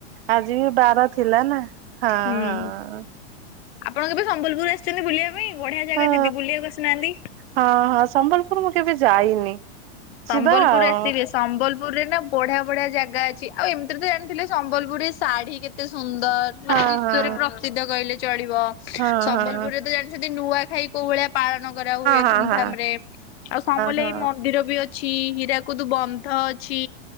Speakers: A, on the right; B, on the left.
A: ଆଜି ବି ବାର ଥିଲା ନା ହଁ
B: ହୁଁ
A: ହଁ।
B: ଆପଣ ପା ସମ୍ବଲପୁର ଆସିଛନ୍ତି ବୁଲିବା ପାଇଁ ବଢିଆ ଜାଗା
A: ହଁ
B: ଦିଦି ବୁଲିବାକୁ ବସିନାହାନ୍ତି।
A: ହଁ ହଁ ସମ୍ବଲପୁର ମୁଁ କେବେ ଯାଇନି। ଯିବା
B: ସମ୍ବଲପୁର
A: ଆଉ
B: ଆସିବେ ସମ୍ବଲପୁରରେ ନା ବଢିଆ ବଢିଆ ଜାଗା ଅଛି ଆଉ ଏମିତି ତ ଜାଣିଥିଲେ ସମ୍ବଲପୁରରେ ଶାଢୀ କେତେ ସୁନ୍ଦର
A: ହଁ ହଁ
B: କହିଲେ ଚଳିବ
A: ହଁ
B: ସମ୍ବଲପୁରରେ
A: ହଁ
B: ତ ଜାଣିଛନ୍ତିଛନ୍ତିି ନୂଆ ଖାଇ କୋଉ ଭଳିଆ ପାଳନ କରାହୁଏ
A: ହଁ
B: ଧୁମଧାମ
A: ହଁ ହଁ
B: ରେ ଆଉ ସମଲେଏଇ
A: ହଁ।
B: ମନ୍ଦିର ବି ଅ ଅଛି ହୀରାକୁଦୁ ବନ୍ଧ ଅଛି।